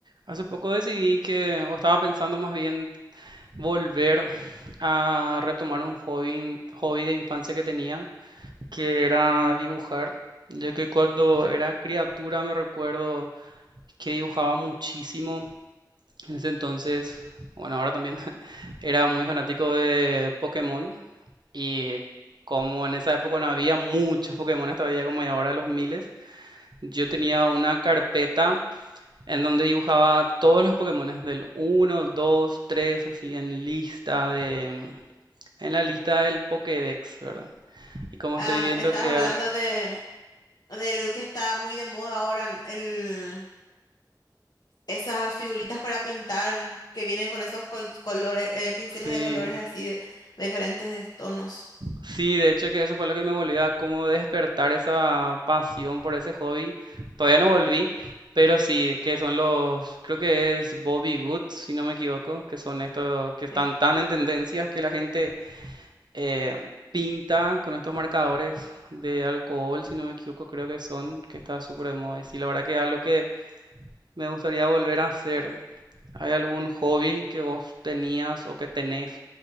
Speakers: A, on the right; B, on the left.
A: Hace poco decidí que, o estaba pensando más bien, volver a retomar un hobby, hobby de infancia que tenía, que era dibujar, ya que cuando era criatura me recuerdo que dibujaba muchísimo. En ese entonces, bueno, ahora también <laughs> era muy fanático de Pokémon y como en esa época no había muchos Pokémon todavía como hay ahora los miles, yo tenía una carpeta en donde dibujaba todos los Pokémones del uno 2 3 así en lista de, en la lista del Pokédex, ¿verdad? Y como
B: Ah,
A: estoy viendo
B: estás
A: que
B: hablando
A: hay-
B: de del que está muy de moda ahora, el, esas figuritas para pintar que vienen con esos col- colores, eh, pinceles
A: sí,
B: de colores así de, de diferentes tonos.
A: sí, de hecho que eso fue lo que me volvió a como despertar esa pasión por ese hobby. Todavía no volví, pero sí, que son los, creo que es Bobby Goods, si no me equivoco, que son estos que están
B: Sí.
A: tan en tendencias que la gente eh, pinta con estos marcadores de alcohol, si no me equivoco, creo que son, que está súper de moda. Y sí, la verdad que es algo que me gustaría volver a hacer. ¿Hay algún hobby que vos tenías o que tenés